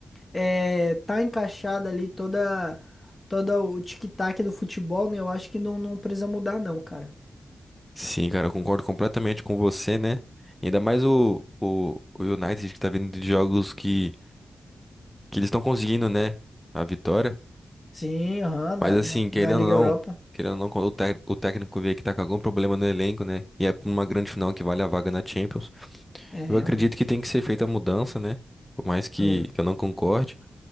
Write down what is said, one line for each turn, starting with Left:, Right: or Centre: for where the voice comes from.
Left: é, tá encaixado ali toda toda o tic-tac do futebol, né? Eu acho que não, não precisa mudar não, cara.
Centre: Sim, cara, eu concordo completamente com você, né? Ainda mais o, o, o United que tá vindo de jogos que, que eles estão conseguindo, né? A vitória.
Left: Sim, aham, na,
Centre: Mas assim,
Left: na,
Centre: querendo
Left: na Liga
Centre: ou não,
Left: Europa.
Centre: querendo ou não, quando o, tec- o técnico vê que tá com algum problema no elenco, né? E é pra uma grande final que vale a vaga na Champions.
Left: É, realmente.
Centre: Eu acredito que tem que ser feita a mudança, né? Por mais que,
Left: Hum.
Centre: que eu não concorde,